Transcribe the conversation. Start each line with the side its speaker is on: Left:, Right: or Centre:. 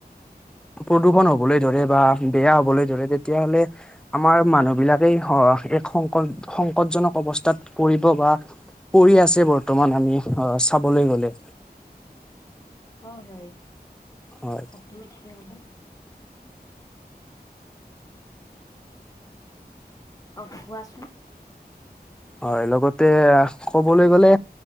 Centre: প্ৰদূষণ হবলৈ ধৰে বা বেয়া হবলৈ ধৰে তেতিয়াহলে আমাৰ মানুহবিলাকেই হ এক সংকট-সংকটজনক অৱস্থাত পৰিব বা কৰি আছে বৰ্তমান আমি আহ চাবলৈ গলে।
Left: হয়-হয়।
Centre: হয়
Left: তুমি ঠিকেই কলা। অ কোৱাচোন?
Centre: হয় লগতে ক'বলৈ গ'লে